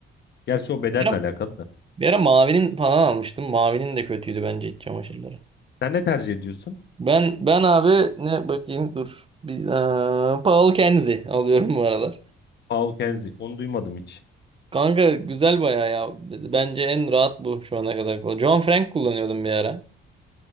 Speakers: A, on the left; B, on the right.
A: Gerçi o bedenle
B: Bir ara,
A: alakalı da.
B: bir ara mavinin falan almıştım. Mavinin de kötüydü bence iç çamaşırları.
A: Sen ne tercih ediyorsun?
B: Ben ben abi ne bakayım dur. Bir, eee, Paul Kenzie alıyorum bu aralar.
A: Paul Kenzie. Onu duymadım hiç.
B: Kanka güzel bayağı ya. Bence en rahat bu şu ana kadar. kullan- John Frank kullanıyordum bir ara.